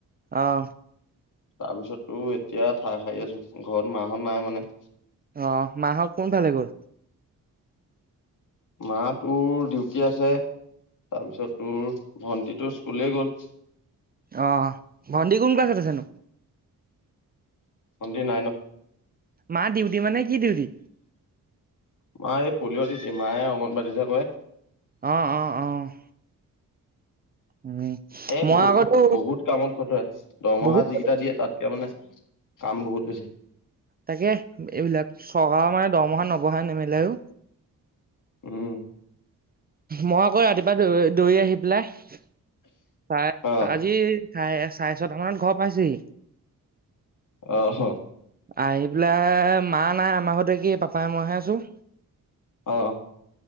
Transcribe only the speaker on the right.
আহ।
অহ, মা-হঁত কোন ফালে গ'ল?
অ, ভণ্টি কোন ক্লাছত আছেনো?
মাৰ ডিউটি মানে, কি ডিউটি?
অ', অ', অ'। উম,
মই
আগতো
বহুত
তাকে, এইবিলাক চৰকাৰৰ মানে দৰমহা ন'বহায় নেমেলেও
মই আকৌ ৰাতিপুৱা দৌ-দৌৰি আহি পেলাই, <unintelligible>
আজি চাৰে, চাৰে ছটামানত ঘৰ পাইছোঁহি।
আহি পেলাই, মা নাই আমাৰ ঘৰতে কি পাপাই, মইহে আছোঁ।